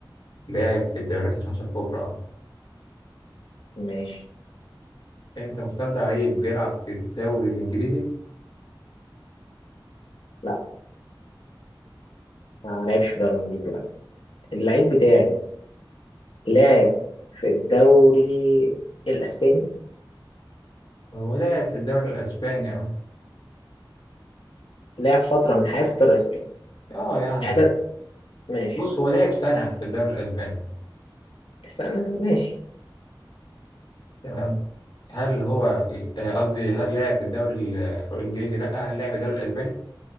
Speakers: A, on the left; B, on the left.
A: لاعب في الدوريات الخمسة الكبرى اه
B: ماشي
A: انت مختار لعيب بيلعب في الدوري الانجليزي
B: لأ ما لعبش في الدوري الإنجليزي لأ اللعيب بتاعي لعب في الدوري الإسباني
A: هو لاعب في الدوري الاسباني اه
B: لعب فترة من حياته في الدوري الإسباني
A: اه يعني
B: اعت- ماشي
A: بص هو لاعب سنة في الدوري الاسباني
B: بس انا ماشي
A: تمام هل هو آه، قصدي هل لاعب في الدوري ال- الانجليزي؟ لا هل لاعب في الدوري الاسباني؟